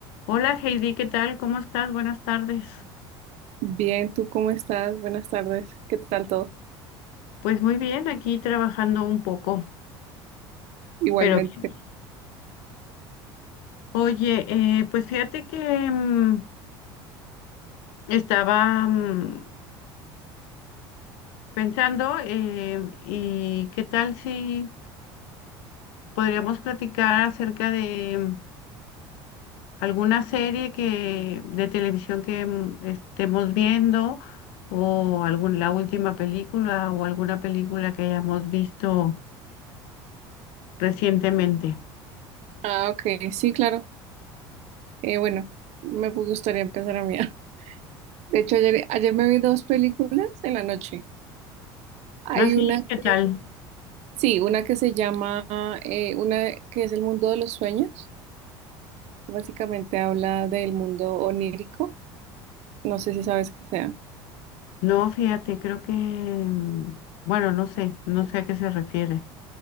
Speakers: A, on the left (about 70°); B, on the right (about 55°).
A: Hola Heidi, ¿qué tal? ¿Cómo estás? Buenas tardes.
B: Bien, ¿tú cómo estás? Buenas tardes. ¿Qué tal todo?
A: Pues muy bien, aquí trabajando un poco,
B: Igualmente.
A: pero bien. Oye, eh, pues fíjate que mm, estaba mm, pensando eh, y qué tal si podríamos platicar acerca de mm, alguna serie que de televisión que mm, estemos viendo o algún, la última película o alguna película que hayamos visto recientemente.
B: Ah, ok, sí, claro. Eh, bueno, me gustaría empezar a mí. <laughs> De hecho, ayer, ayer me vi dos películas en la noche. Hay
A: Así,
B: una que,
A: ¿qué tal?
B: sí, una que se llama, eh, una que es El mundo de los sueños. Básicamente habla del mundo onírico. No sé si sabes qué sea.
A: No, fíjate, creo que, mm, bueno, no sé, no sé a qué se refiere.